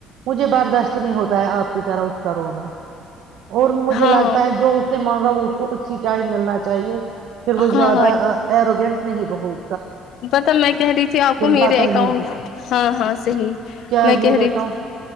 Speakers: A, on the right; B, on the left.
A: مجھے برداشت نہیں ہوتا ہے آپ کی طرح اس کا رونا اور مجھے
B: ہاں
A: لگتا ہے جو اس نے مانگا وہ اس کو اس ٹائم ملنا چاہیے پھر وہ
B: ہاں
A: زیادہ ایروگینٹ نہیں بہو
B: پتا میں کہہ رہی تھی آپ کو میرے
A: پتا
B: اکاؤنٹ
A: ہی نہیں
B: ہاں ہاں صحیح
A: کیا
B: میں
A: میرے
B: کہہ رہی
A: اکاؤنٹ
B: تھی